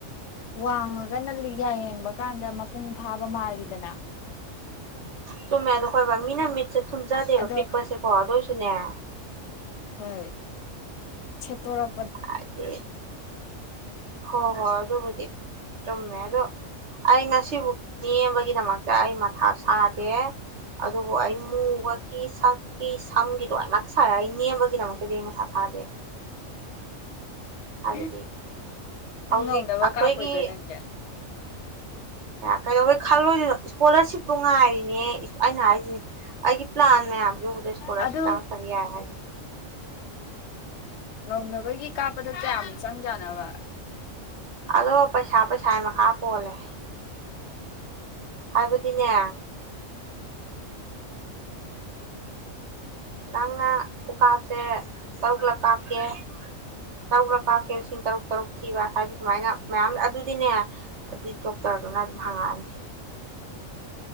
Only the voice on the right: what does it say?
ꯆꯨꯝꯃꯦ ꯑꯗꯣ ꯈꯣꯏꯕ ꯃꯤꯅ ꯃꯤꯠꯁꯦ ꯊꯨꯝꯖꯗꯦꯕ
ꯄꯤꯛꯄꯁꯦꯀꯣ ꯑꯗꯨꯗ ꯁꯨꯟꯅꯌꯥ
ꯑꯗ ꯍꯣ ꯍꯣꯏ ꯑꯗꯨꯗꯣꯕꯨꯗꯤ ꯁꯃꯦ ꯑꯗꯣ ꯑꯩ ꯉꯁꯤꯕꯨ ꯅ ꯑꯃꯒꯤꯒꯤ ꯇꯃꯒ ꯑꯩ ꯃꯊꯥꯞ ꯁꯥꯗꯦ ꯑꯗꯨꯗ ꯑꯩꯃꯨ ꯁꯛꯀꯤ ꯁꯝꯒꯤ ꯂꯣꯏ ꯉꯥꯛ ꯁꯥꯔꯦ ꯑꯩ ꯅꯦꯝꯕꯒꯤꯗꯃꯛꯇꯗꯤ ꯑꯩ ꯃꯁꯥ ꯁꯥꯗꯦ ꯍꯥꯏꯕꯗꯤ
ꯍꯧꯖꯤꯛ
ꯑꯩꯈꯣꯏꯒꯤ
ꯀꯩꯗꯧꯕ ꯈꯜꯂꯣꯏꯗꯣꯏꯅꯣ ꯏꯁꯀꯣꯂꯔꯁꯤꯞꯇꯣ ꯉꯥꯏꯔꯤꯅꯦ ꯑꯩꯅ ꯍꯥꯏꯁꯤꯅꯦ ꯑꯩꯒꯤ ꯄ꯭ꯂꯥꯟ ꯃꯌꯥꯝꯁꯤ ꯎꯕꯨꯗ ꯏꯁꯀꯣꯂꯥꯔꯁꯤꯞ
ꯆꯪꯉꯛꯇꯕ ꯌꯥꯏ ꯍꯥꯏꯁꯦ
ꯑꯗꯣ ꯄꯥ ꯁꯥꯏ ꯃꯈꯥ ꯄꯣꯜꯂꯦ ꯍꯥꯏꯕꯗꯤꯅ ꯅꯪꯅ ꯈꯨꯀꯥꯞꯁꯦ ꯇꯔꯨꯛꯂꯛ ꯀꯥꯞ ꯀꯦ ꯇꯔꯨꯛꯂꯀ ꯀꯦꯜꯁꯤ ꯇꯔꯨꯛ ꯇꯔꯨꯛ ꯊꯤꯕ ꯍꯥꯏꯗꯤ ꯁꯨꯃꯥꯏꯅ ꯃꯌꯥꯝ ꯑꯗꯨꯗꯤꯅꯦ ꯑꯗꯨꯏ ꯗꯣꯛꯇꯔꯗꯨꯅ ꯑꯗꯨꯝ ꯍꯪꯉꯛꯑꯅꯤ